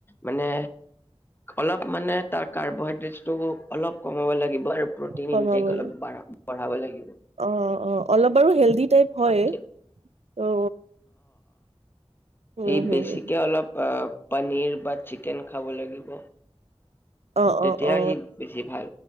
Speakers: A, on the left; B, on the right.
A: মানে, অলপ মানে তাৰ কাৰ্বহাইড্ৰেট ত', অলপ কমাব লাগিব। প্ৰটিন
B: কমাবলৈ
A: ইনটেক অলপ পাৰোঁ পঢ়াব লাগিব।
B: অ', -অ', অলপ বাৰু হেলডি টাইপ হয়
A: অ ঠিক।
B: ত', হম
A: এই
B: হম
A: বেছিকে অলপ অ', পনীৰ বা চিকেন খাব লাগিব।
B: অ
A: তেতিয়া
B: অ অ
A: সি বেছি ভাল,